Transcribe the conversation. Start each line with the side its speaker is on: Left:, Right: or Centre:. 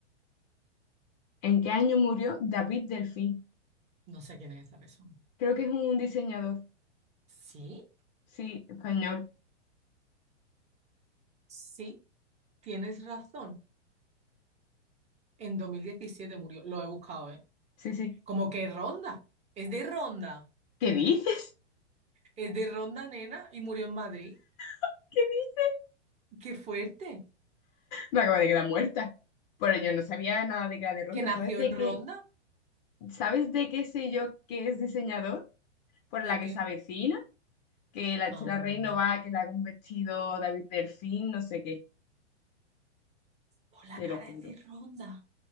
Left: ¿En qué año murió David Delfín?
Right: No sé quién es esa persona.
Left: Creo que es un diseñador.
Right: Sí,
Left: Sí, español.
Right: sí, tienes razón. En 2017 murió. Lo he buscado, ¿eh?
Left: Sí, sí.
Right: Como que Ronda. Es de Ronda.
Left: ¿Qué dices?
Right: Es de Ronda, nena, y murió en Madrid.
Left: <laughs> ¿Qué dices?
Right: Qué fuerte.
Left: Me acaba de quedar muerta. Pero yo no sabía nada de Gala de Ronda.
Right: Que nació
Left: ¿Sabes de
Right: en Ronda.
Left: qué? ¿Sabes de qué sé yo que es diseñador? Por
Right: ¿De
Left: la que
Right: qué?
Left: se avecina que la
Right: Ah,
Left: Chela Rey no va, que le haga un vestido David Delfín, no sé qué,
Right: por la
Left: te
Right: cara
Left: lo juro,
Right: es de Ronda.